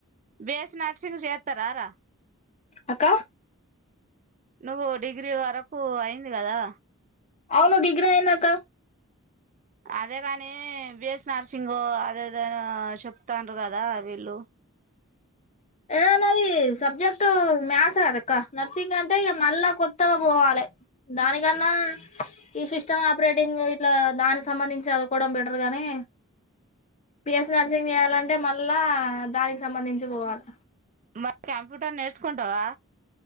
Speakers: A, on the right (about 35°); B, on the left (about 30°).
A: బి ఎస్ నర్సింగ్ చేత్తరా రా
B: అక్క
A: నువ్వు డిగ్రీ వరకు అయింది కదా
B: అవును డిగ్రీ అయిందక్క
A: అదే కాని బిఎస్ నర్సింగ్ అదేద చెప్తాన్రు కదా వీళ్ళు
B: ఏ నాది సబ్జెక్ట్ మ్యాథ్స్ కదక్క నర్సింగ్ అంటే ఇగ మళ్ళ కొత్తగా పోవాలె దానికన్నా ఈ సిస్టమ్ ఆపరేటింగ్ ఇట్లా దాని సంబంధించి చదువుకోవడం బెటర్ గనీ బిఎస్ నర్సింగ్ చేయాలంటే మళ్ళా దానికి సంబంధించి పోవాల
A: మరి కంప్యూటర్ నేర్చుకుంటావా